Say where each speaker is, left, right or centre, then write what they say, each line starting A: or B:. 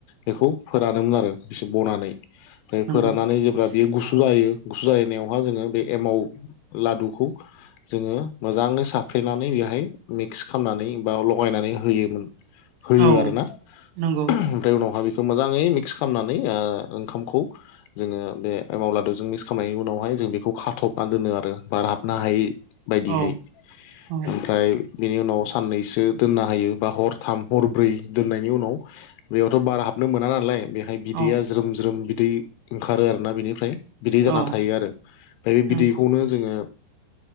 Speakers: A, on the left; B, on the right.
A: बेखौ फोरानोमोन आरो बेसे बनानै ओमफ्राय
B: नंगौ
A: फोराननानै जेब्ला बियो गुसु जायो गुसु जालायनायावहा जोङो बे एमाव लादुखौ जोङो मोजाङै साफ्रेनानै बेहाय मिक्स खालामनानै बा लगायनानै होयोमोन होयो
B: औ
A: आरोना।
B: नंगौ
A: ओमफ्राय उनावहा बेखौ मोजाङै मिक्स खालामनानै ओंखामखौ जोङो बे एमाव लादुजों मिक्स खालामनायनि उनावहाय जों बेखौ खाथबना दोनो आरो बार हाबनो हायै बायदिहै
B: औ औ
A: ओमफ्राय बिनि उनाव साननै दोननो हायो बा हरथाम हरब्रै दोननायनि उनाव बेयावथ' बारा हाबनो मोना नालाय बेखाय बिदैया
B: औ
A: ज्रोम ज्रोम बिदै ओंखारो आरोना बिनिफ्राय। बिदै जाना
B: औ
A: थायो आरो ओमफ्राय बे
B: नंगौ
A: बिदैखौनो जोङो